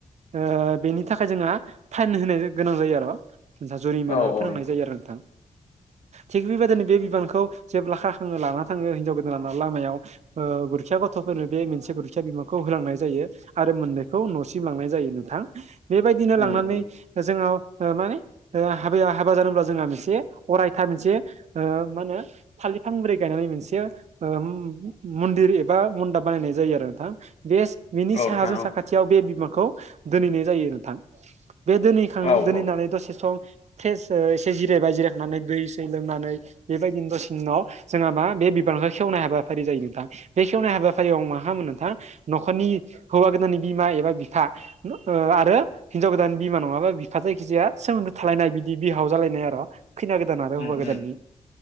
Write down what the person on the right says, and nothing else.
ओ-बेनि थाखाय जोंहा फाइन होनाय गोनां जायो आर'। <unintelligible> जुरिमाना
फोनांनाय जायो आरो नोंथां। थिग बेबायदिनो बे बिबानखौ जेब्ला खाखाङो लाना थाङो हिनजाव गोदान लामायाव। गुरखिया गथ'फोरनो बे मोनसे गुरखिया बिबानखौ होलांनाय जायो। आरो मोननैखौ न'सिम लांनाय जायो नोंथां। बेबायदिनो
लांनानै
जोंाव माने हाबाया हाबा जानोब्ला जोंहा मोनसे अरायथा मोनसे मा होनो फाललिफांब्रै गायनानै मोनसे ओम मन्दिर एबा मन्दाब बानायनाय जायो आरो नोंथां बे बिनि
साहाजों
साखाथियाव बे बिमाखौ दोनहैनाय जायो नोंथां बे दोनहैखां
दोनहैनानै
दसे सम थेज एसे जिरायबाय जिरायखांनानै दै सै लोंनानै बेबायदिनो दसि उनाव जोंहा मा बे बिबारखौ खेवनाय हाबाफारि जायो नोंथां बे खेवनाय हाबाफारियाव आ मा मोनो नोंथां न'खरनि हौवा गोदाननि बिमा एबा बिफा नो आरो हिनजाव गोदान बिमा नङाबा बिफा जायखिजाया सोमोन्दो थालायनाय बिदि बिहाव जालायनाय आरो खैना गोदान आरो
हौवा गोदाननि